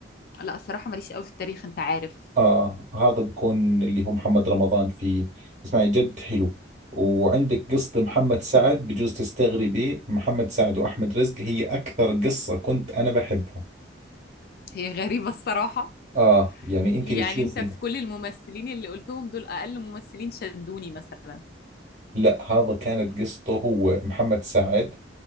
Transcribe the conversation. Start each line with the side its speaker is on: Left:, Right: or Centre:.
Left: لا الصراحة ماليش قوي في التاريخ انت عارف
Right: اه هذا بكون اللي هو محمد رمضان فيه اسمعي جد حلو وعندك قصة محمد سعد بجوز تستغربي محمد سعد وأحمد رزق هي أكثر قصة كنت أنا بحبها
Left: هي غريبة الصراحة
Right: آه يعني أنت
Left: يعني
Right: بتشوفي
Left: انت في كل الممثلين اللي قلتهم دول اقل ممثلين شدوني مثلا
Right: لا هذا كانت قصته هو محمد سعد